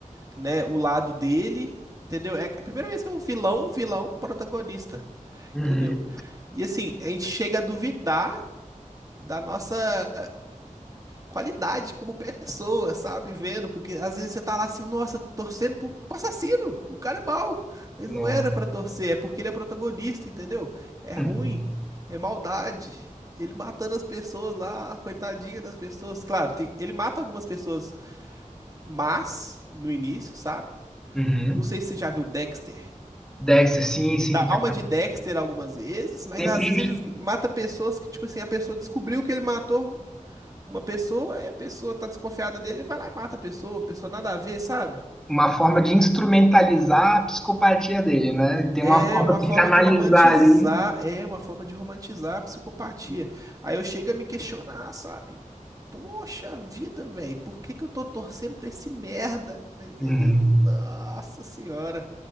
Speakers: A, on the right (about 25°); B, in the centre.
A: né, o lado dele, entendeu? É a primeira vez que é um vilão, um vilão protagonista,
B: Uhum.
A: entendeu? E assim, a gente chega a duvidar da nossa qualidade como pessoa, sabe? Vendo, porque às vezes você tá lá assim, nossa, torcendo pro, pro assassino, o cara é mau, mas
B: Não.
A: não era pra torcer, é porque ele é protagonista, entendeu? É ruim,
B: Hum.
A: é maldade. Ele matando as pessoas lá, coitadinha das pessoas. Claro, tem- ele mata algumas pessoas, mas no início, sabe?
B: Uhum.
A: Não sei se você já viu Dexter.
B: Dexter, sim,
A: Ele
B: sim.
A: dá
B: cara.
A: alma de Dexter algumas vezes, mas
B: Sempre
A: às
B: just-
A: vezes ele mata pessoas que, tipo assim, a pessoa descobriu que ele matou, uma pessoa, aí a pessoa tá desconfiada dele, ele vai lá e mata a pessoa, a pessoa nada a ver, sabe?
B: uma forma de instrumentalizar a psicopatia dele, né? Tem
A: É
B: uma forma
A: uma
B: de
A: forma
B: canalizar
A: de romantizar,
B: ali.
A: é uma forma de romantizar a psicopatia. Aí eu chego a me questionar, sabe? Poxa vida, velho, por que que eu tô torcendo pra esse merda? Mas
B: Uhum.
A: ele, nossa senhora,